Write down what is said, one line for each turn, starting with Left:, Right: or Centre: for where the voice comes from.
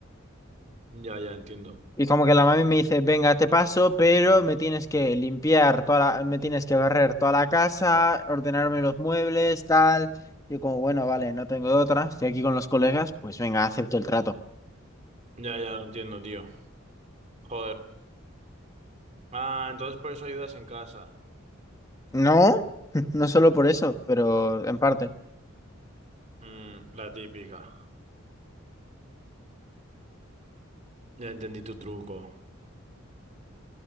Right: Ya, ya entiendo.
Left: Y como que la mami me dice, venga, te paso, pero me tienes que limpiar toda la, me tienes que barrer toda la casa, ordenarme los muebles, tal. Yo como, bueno, vale, no tengo de otra, estoy aquí con los colegas, pues venga, acepto el trato.
Right: Ya, ya lo entiendo, tío. Joder. Ah, entonces por eso ayudas en casa.
Left: No, <laughs> no solo por eso, pero en parte.
Right: Mm, la típica. Ya entendí tu truco.